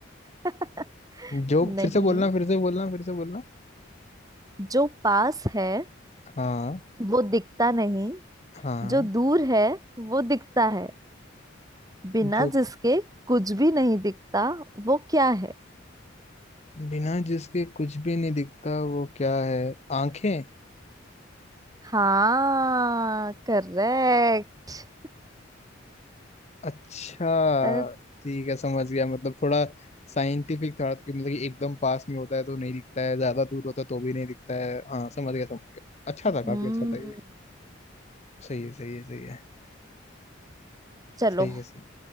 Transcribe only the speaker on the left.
जो
फिर से बोलना फिर से बोलना फिर से बोलना
हाँ
हाँ
जो
बिना जिसके कुछ भी नहीं दिखता वो क्या है आंखें
अच्छा
ठीक है समझ गया मतलब थोड़ा साइंटिफिक था तो कि मतलब कि एकदम पास में होता है तो नहीं दिखता है ज्यादा दूर होता है तो भी नहीं दिखता है हाँ समझ गया समझ गया अच्छा
था काफी अच्छा था ये सही है सही है सही है
सही है सही